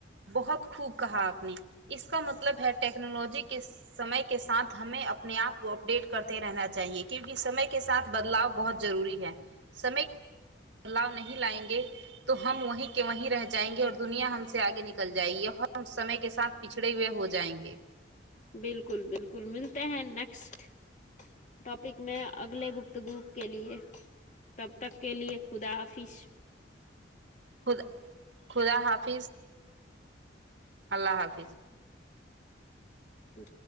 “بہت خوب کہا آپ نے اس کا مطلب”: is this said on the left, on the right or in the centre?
Right